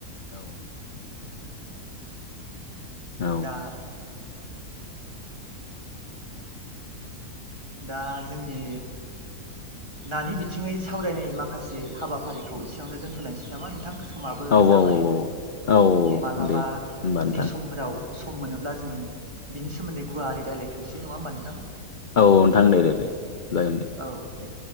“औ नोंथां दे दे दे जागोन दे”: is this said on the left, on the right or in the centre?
Left